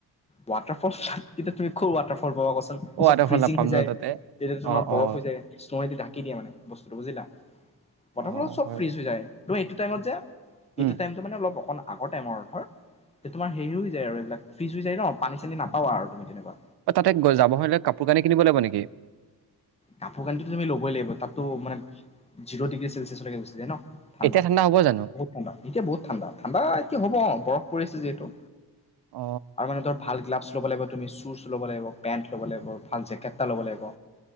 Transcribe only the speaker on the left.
ৱাটাৰফল তেতিয়া তুমি খুব ৱাটাৰফল পাবা কচোন।
চব
ফ্ৰিজি
হৈ
যায়
তেতিয়া তোমাৰ
বৰফ
হৈ যায়। কি দিয়া মানে বস্তুটো বুজিলা প্ৰথমবোৰ
চব
ফ্ৰিজ
হৈ যায়। তো এই টাইমত যে এইটো
টাইমতটো মানে অলপ অকণ আগৰ টাইমৰ অৰ্থ। তোমাৰ হেৰি হৈ যায় আৰু এইবিলাক ফ্ৰিজ হৈ যায় ন পানী চানী নাপাৱা আৰু তুমি তেনেকুৱা
কাপোৰ কানিটো তুমি ল'বই লাগিব তাতো মানে জিৰ' ডিগ্ৰী চেলচিয়াছলৈকে গুচি যায় ন ঠাণ্ডা
বহুত ঠাণ্ডা এতিয়া বহুত ঠাণ্ডা ঠাণ্ডা কি হ'ব বৰফ পৰিছে যিহেতু।
আৰু মানে ধৰ ভাল গ্লাভছ ল'ব লাগিব তুমি শুজ লব লাগিব পেন্ট ল'ব লাগিব ভাল জেকেট লব লাগিব